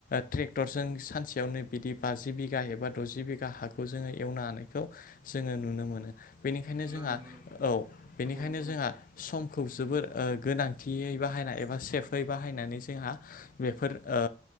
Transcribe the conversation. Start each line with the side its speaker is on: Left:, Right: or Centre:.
Left: ट्रेक्टर जों सानसे <unintelligible> बिदि बाजि बिघा एबा द'जि बिघा हाखौ जोङो एवनो हानायखौ जोङो नुनो मोनो बेनिखायनो जोंहा
Right: नुनो मोनो नुनो मोनो
Left: औ बेनिखायनो
Right: नंगौ नंगौ
Left: जोंहा
Right: नंगौ
Left: समखौ जोबोर ओ गोनांथियै बाहायनाय एबा सेफै बाहायनानै जोंहा बेफोर ओ